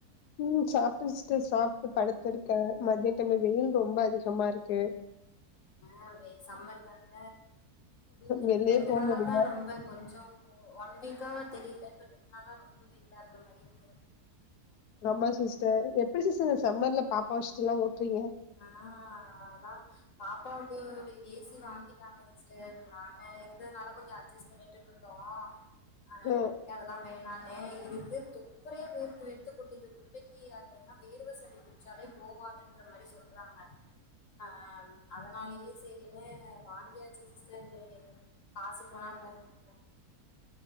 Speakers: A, on the left (about 85°); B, on the left (about 55°).
A: ம் சாப்ட்ட சிஸ்டர் சாப்ட்டு படுத்து இருக்க மத்தியா டைம் ல வெயில் ரொம்ப அதிகமா இருக்கு
B: ஆ சம்மர் தான ம் இப்ப
A: வெளியே
B: ரெண்டு
A: போ
B: நாளா
A: முடியல.
B: தான ரொம்ப கொஞ்ச ஒன் வீக்கா தெரில இப்ப ரெண்டு நாளா ரொம்ப வெயிலா இருக்குற மாதிரி இருக்கு
A: ஆமா சி்ஸ்டர் எப்டி சிஸ்டர் இந்த சம்மர்ல பாப்பா வச்சிட்டு எல்லா ஓட்டுறீங்க
B: ஆ அதா பாப்பாவுக்கு ஒரு ஏசி வாங்கிட்டாங்க சிஸ்டர் நாங்க இருந்ததுனால கொஞ்ச அட்ஜஸ்ட் பண்ணிட்டு இருந்தோ ஆ
A: ம்.
B: இப்பதிக்கு அதெல்லா வேணாமே இதுக்கு தொப்பரையா வேர்த்து வேர்த்து கொட்டுது பிள்ளைக்கு அது என்னது வேர்வ சளி சளி புடிச்சவே போவதுன்ற மாதிரி சொல்றாங்க ஆ அதனாலயே சேரின்னு வாங்கியாச்சி சிஸ்டர் காசு போனா போகுது போ